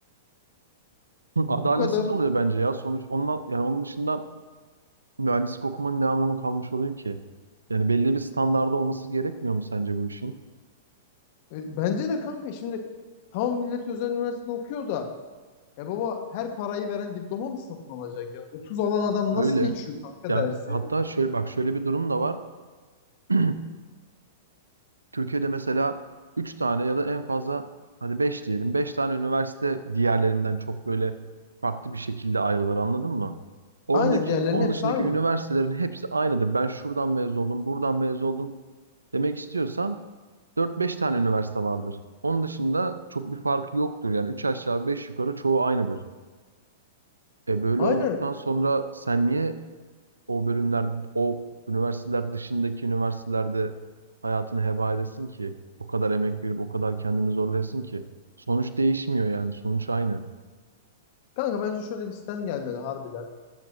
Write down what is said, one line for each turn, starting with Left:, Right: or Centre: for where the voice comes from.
Right: <clears throat> Hı,
Left: bu
Right: Adaletsiz
Left: kadar.
Right: oluyor bence ya. Sonuç onunla, yani onun dışında mühendislik okumanın ne anlamı kalmış oluyor ki? Yani belli bir standarda olması gerekmiyor mu sence bu işin?
Left: E, Bence de kanka şimdi tam millet özel üniversitede okuyor da e baba her parayı veren diploma mı satın alacak ya? otuz alan adam
Right: Öyle.
Left: nasıl geçiyor kanka
Right: Ya
Left: dersi?
Right: hatta şöyle bak şöyle bir durum da var. <clears throat> Türkiye'de mesela 3 tane ya da en fazla hadi 5 diyelim. beş tane üniversite diğerlerinden çok böyle farklı bir şekilde ayrılır anladın mı? Ondaki,
Left: Aynen diğerlerinin
Right: onun
Left: hepsi
Right: dışındaki
Left: aynı.
Right: üniversitelerin hepsi aynıdır. Ben şuradan mezun oldum, buradan mezun oldum demek istiyorsan Dört beş tane üniversite vardır. Onun dışında çok bir farkı yoktur. Yani 3 aşağı 5 yukarı çoğu aynıdır. E böyle
Left: Aynen.
Right: olduktan sonra sen niye o bölümler, o üniversiteler dışındaki üniversitelerde hayatını heba edesin ki? O kadar emek verip o kadar kendini zorlayasın ki. Sonuç değişmiyor yani. Sonuç aynı.
Left: Kanka bence şöyle bir sistem gelmeli harbiden.